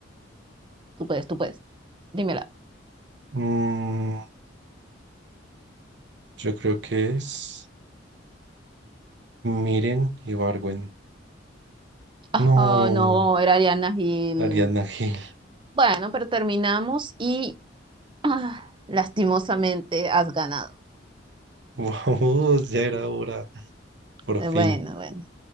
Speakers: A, on the right; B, on the right.
A: Tú puedes, tú puedes. Dímela.
B: Mm, yo creo que es Miren y Barwen.
A: Ah,
B: No,
A: no, era Ariadna Gil.
B: Ariadna Gil.
A: Bueno, pero terminamos y ah, lastimosamente has ganado.
B: <laughs> Vamos, ya era hora. Por
A: Eh,
B: fin,
A: Bueno, bueno.